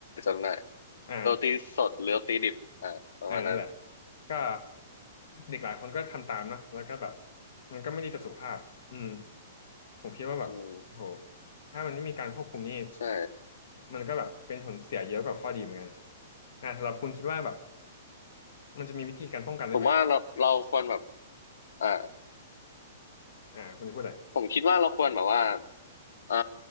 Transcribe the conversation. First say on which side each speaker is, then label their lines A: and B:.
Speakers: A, on the left; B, on the left.
A: จำได้
B: อ่า
A: โรตีสดหรือโรตีดิบอ่าประมาณนั้น
B: เออนั่นแหละก็เด็กหลายคนก็ทำตามเนาะแล้วก็แบบมันก็ไม่ดีต่อสุขภาพอืมผมคิดว่าแบบโอ้โห
A: อืม
B: ถ้ามันไม่มีการควบคุมนี่
A: ใช่
B: มันก็แบบเป็นผลเสียเยอะกว่าข้อดีเหมือนกันอ่าสำหรับคุณคิดว่าแบบมันจะมีวิธีการป้องกันได้ไหม
A: ผมว่าเราเราควรแบบอ่า
B: อ่าคุณจะพูดอะไร
A: ผมคิดว่าเราควรแบบว่าเอ่อ